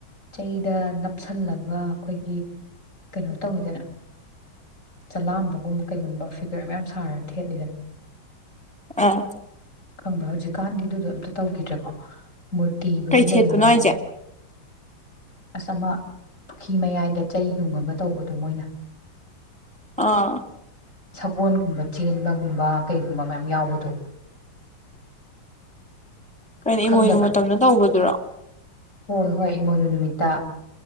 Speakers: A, on the left; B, in the centre.
A: ꯆꯩꯗ ꯅꯞꯁꯤꯜꯂꯒ ꯑꯩꯈꯣꯏꯒꯤ ꯀꯩꯅꯣ ꯇꯧꯋꯤꯗꯅ ꯆꯂꯥꯝꯕꯒꯨꯝꯕ ꯀꯩꯒꯨꯝꯕ ꯐꯤꯒꯔ ꯃꯌꯥꯝ ꯁꯥꯔꯗꯤ ꯊꯦꯠꯂꯤꯗꯅ
B: ꯑꯥ
A: ꯈꯪꯕ꯭ꯔꯥ ꯍꯧꯖꯤꯛꯀꯥꯟꯗꯤ ꯑꯗꯨꯗꯣ ꯑꯝꯇ ꯇꯧꯈꯤꯗ꯭ꯔꯦꯀꯣ ꯃꯨꯔꯇꯤꯕꯨꯗꯤ
B: ꯀꯩ
A: ꯂꯩꯔꯦ
B: ꯊꯦꯠꯄꯅꯣ ꯍꯥꯏꯁꯦ
A: ꯑꯁ ꯑꯃ ꯄꯨꯈꯤ ꯃꯌꯥꯏꯗ ꯆꯩ ꯌꯨꯡꯉꯒ ꯇꯧꯕꯗꯨꯣ ꯃꯣꯏꯅ
B: ꯑꯥ
A: ꯁꯒꯣꯜꯒꯨꯝꯕ ꯆꯦꯟꯕꯒꯨꯝꯕ ꯀꯩꯒꯨꯝꯕ ꯃꯌꯥꯝ ꯌꯥꯎꯕꯗꯣ
B: ꯀꯩꯅꯣ
A: ꯈꯪꯗꯕ꯭ꯔꯥ
B: ꯏꯃꯣꯏꯅꯨ ꯃꯇꯝꯗ ꯇꯧꯕꯗꯨꯔꯣ
A: ꯍꯣꯏ ꯍꯣꯏ ꯏꯃꯣꯏꯅꯨ ꯅꯨꯃꯤꯠꯇ